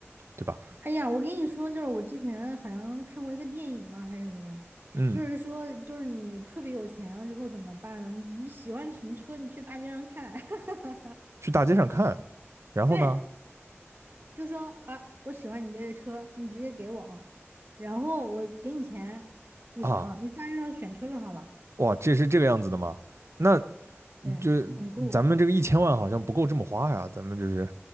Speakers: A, on the right; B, on the right.
A: 对吧？
B: 哎呀，我跟你说，就是我之前好像看过一个电影嘛，还是什么的，
A: 嗯，
B: 就是说，就是你特别有钱了之后怎么办呢？你你喜欢什么车，你去大街上看，<laughs>
A: 去大街上看，然后呢，
B: 对，就说啊，我喜欢你这个车，你直接给我，然后我给你钱就行了，
A: 啊，
B: 你大街上选车就好了，
A: 哇，这是这个样子的吗？那
B: 对，
A: 就
B: 很酷。
A: 咱们这个一千万好像不够这么花呀，咱们就是